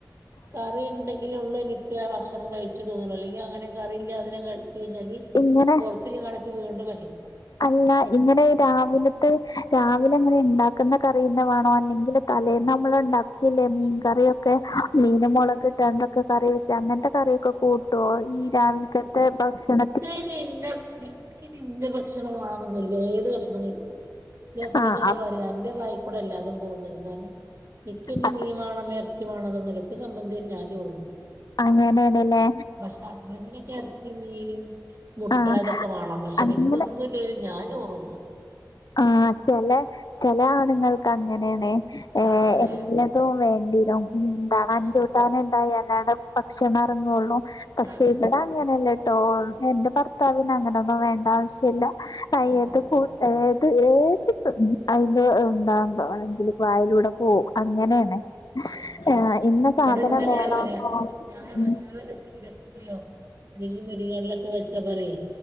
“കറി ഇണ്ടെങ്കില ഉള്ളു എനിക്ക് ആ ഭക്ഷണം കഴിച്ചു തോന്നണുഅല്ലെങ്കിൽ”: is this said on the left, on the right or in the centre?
Right